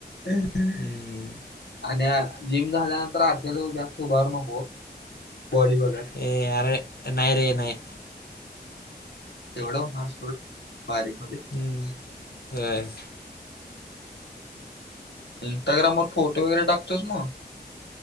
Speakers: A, on the left; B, on the left.
A: हा
B: हम्म.
A: आणि हा जिम झाल्यानंतर आत्याजवळ जास्त उभारू नको. बॉडी बिल्डर
B: ए अरे नाही रे नाही.
A: तेवढं हासून बारीक मध्ये
B: <unintelligible> अय
A: इंस्टाग्रामवर फोटो वगैरे टाकतोस मग